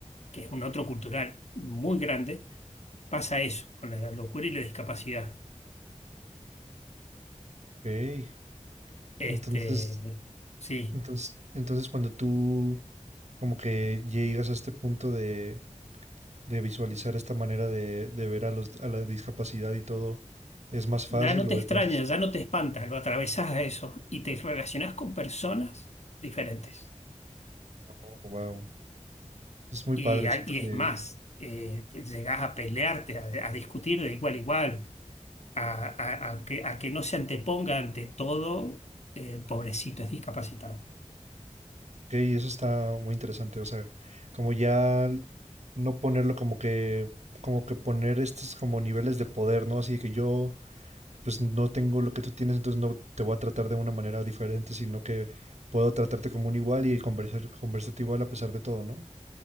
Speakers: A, on the left (about 60°); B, on the right (about 65°).
A: que es un otro cultural muy grande, pasa eso, con la locura y la discapacidad.
B: ok.
A: Este,
B: Entonces,
A: sí,
B: entonces, entonces cuando tú como que llegas a este punto de, de visualizar esta manera de, de ver a los, a la discapacidad y todo, ¿es más fácil
A: ya no te
B: o
A: extrañas,
B: es más...
A: ya no te espantas, lo atravesás a eso y te relacionás con personas diferentes.
B: Oh, wow. Es muy
A: Y,
B: padre,
A: a-
B: siento
A: y
B: que...
A: es más, eh, llegás a pelearte, a, a discutir de igual a igual, a, a- a que, a que no se anteponga ante todo, eh, pobrecito, es discapacitado.
B: Ok, eso está muy interesante. O sea, como ya no ponerlo como que, como que poner estos como niveles de poder, ¿no? Así que yo, pues no tengo lo que tú tienes, entonces no te voy a tratar de una manera diferente, sino que puedo tratarte como un igual y conversar, conversarte igual a pesar de todo, ¿no?